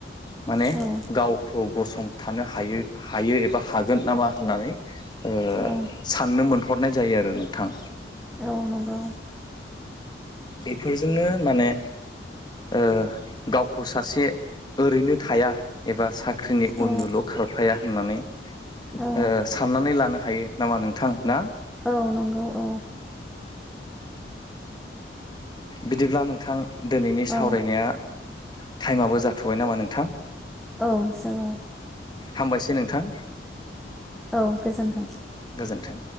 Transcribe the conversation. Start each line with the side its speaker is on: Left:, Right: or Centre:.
Left: माने
Centre: औ
Left: गावखौ गसंथानो हायो हायो एबा हागोन नामा होननानै ओ
Centre: औ
Left: साननो मोन हरनाय जायो आरो नोंथां।
Centre: औ नंगौ।
Left: बेफोरजोंनो माने ओ गावखौ सासे ओरैनो थाया एबा सा ख्रिनि उन
Centre: औ
Left: उनल' खारफाया होननानै ओ
Centre: औ
Left: साननानै लानो हायो नामा नोंथां ना?
Centre: औ नंगौ औ।
Left: बिदिब्ला नोंथां दिनैनि सावरायनाया
Centre: औ
Left: टाइमआबो जाथ'बाय नामा नोंथां?
Centre: औ जाबाय।
Left: हामबायसै नोंथां।
Centre: औ गोजोन्थों।
Left: गोजोन्थों